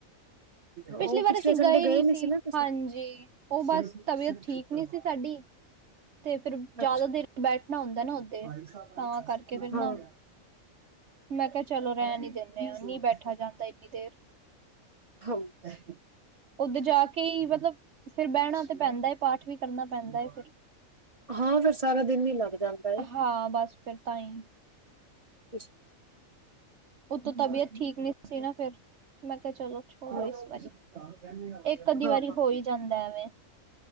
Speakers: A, on the right; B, on the right.
A: ਉਹ
B: ਪਿਛਲੀ ਵਾਰ
A: ਪਿਛਲੇ
B: ਅਸੀਂ
A: ਸੰਡੇ
B: ਗਏ ਨਹੀ ਸੀ
A: ਨੀ ਨਾ ਤੁਸੀਂ
B: ਹਾਂਜੀ ਉਹ ਬਸ ਤਬੀਅਤ ਠੀਕ ਨੀ ਸੀ ਸਾਡੀ। ਤੇ ਫੇਿਰ ਜਿਆਦਾ
A: ਅੱਛਾ
B: ਦੇਰ ਬੈਠਣਾ ਹੁੰਦਾ ਨਾ ਓਦੇ ਤਾਂ ਕਰਕੇ ਫਿਰ ਨਾ
A: ਹਾਂ
B: ਮੈਂ ਕਿਹਾ ਚਲੋ ਰਹਿਣ ਈ ਦੇਨੇ ਆ। ਬੈਠਾ ਜਾਂਦਾ ਇੰਨੀ ਦੇਰ।
A: ਹਾਂ
B: <unintelligible> ਉੱਧਰ ਜਾ ਕੇ ਹੀ ਮਤਲਬ, ਫਿਰ ਬਹਿਣਾ ਤੇ ਪੈਂਦਾ ਹੈ। ਪਾਠ ਵੀ ਕਰਨਾ ਪੈਂਦਾ ਹੈ। ਫਿਰ
A: ਹਾਂ, ਫਿਰ ਸਾਰਾ ਦਿਨ ਹੀ ਲੱਗ ਜਾਂਦਾ ਹੈ।
B: ਹਾਂ ਬਸ ਫਿਰ ਤਾਂ ਈ।
A: ਅਛ
B: ਉਤੋਂ ਤਬੀਅਤ ਠੀਕ ਨਹੀਂ ਸੀ ਨਾ, ਫਿਰ ਮੈਂ ਕਿਹਾ, ਚਲੋ ਛੋੜੋ
A: ਹਾਂ
B: ਇਸ ਵਾਰੀ <unintelligible> ਇੱਕ ਅੱਧੀ
A: ਹਾਂ
B: ਵਾਰੀ ਹੋ ਈ ਜਾਂਦਾ <unintelligible>